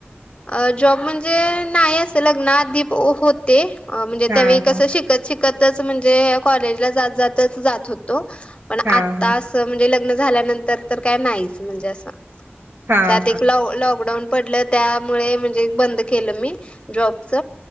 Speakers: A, on the left; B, on the right.
A: अ जॉब म्हणजे नाही असं लग्नदीप होते म्हणजे
B: हा
A: त्यावेळी कस
B: हा
A: शिक शिकतच म्हणजे कॉलेजला जात जात होतो पण
B: हा
A: आता
B: हा
A: म्हणजे लग्न झाल्यानंतर तर काय नाहीच म्हणजे असं
B: हा
A: त्यात
B: हा
A: एक ल लॉकडाऊन पडलं त्या मुळे म्हणजे बंद केलं मी जॉबच